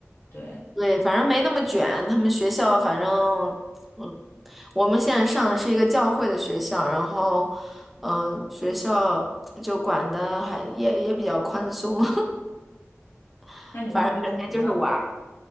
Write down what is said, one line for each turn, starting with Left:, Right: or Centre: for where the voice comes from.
Left: 对，
Centre: 对，反正没那么卷。他们学校反正，嗯，我们现在上的是一个教会的学校，然后，嗯，学校就管的还也也比较宽松，<laughs>
Left: 那你会对他有什么？
Centre: 反正整天就是玩。